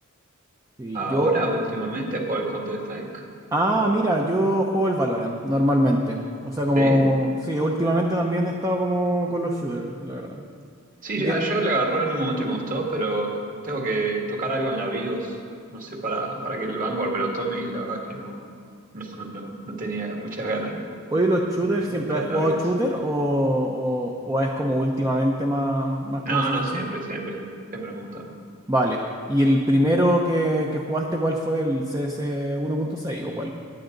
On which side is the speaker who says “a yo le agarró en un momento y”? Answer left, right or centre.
Right